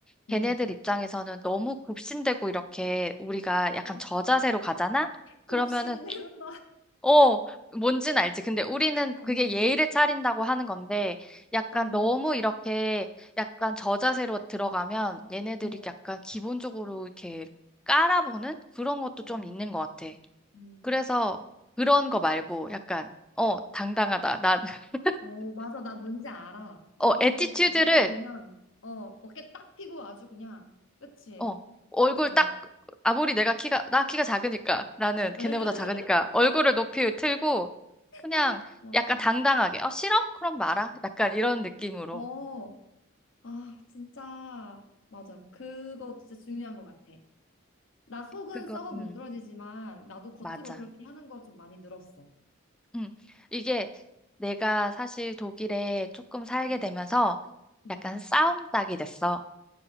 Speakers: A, in the centre; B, on the left.
A: 걔네들
B: 음.
A: 입장에서는 너무 굽신대고 이렇게 우리가 약간
B: 어,
A: 저자세로 가잖아? 그러면은
B: 굽신대는
A: 어, 뭔진 알지. 근데 우리는
B: 어,
A: 그게 예의를 차린다고 하는 건데, 약간
B: 어,
A: 너무 이렇게 약간 저자세로 들어가면 얘네들이
B: 어,
A: 약간 기본적으로 이렇게 깔아보는 그런 것도
B: 어.
A: 좀 있는 것 같아.
B: 음.
A: 그래서 그런 거 말고 약간, 어, 당당하다. 난, <laughs>
B: 어, 맞아. 나 뭔지 알아.
A: 어,
B: 여기
A: 애티튜드를,
B: 독일 언니를 보면, 어, 어깨 딱 펴고 아주 그냥, 그치?
A: 어, 얼굴
B: 어.
A: 딱, 아무리 내가 키가, 나 키가 작으니까, 나는 걔네보다
B: <laughs>
A: 작으니까 얼굴을 높이 틀고,
B: 아유,
A: 그냥
B: 맞아.
A: 약간 당당하게, 어, 싫어? 그럼 말아. 약간 이런 느낌으로.
B: 어, 아, 진짜, 맞아. 그거 진짜 중요한 것 같아. 나 속은
A: 그거,
B: 썩어
A: 음,
B: 문드러지지만, 나도 겉으로
A: 맞아.
B: 그렇게 하는 거 좀 많이 늘었어.
A: 음, 이게 내가 사실 독일에 조금 살게
B: 음,
A: 되면서
B: 음.
A: 약간 싸움 닭이 됐어.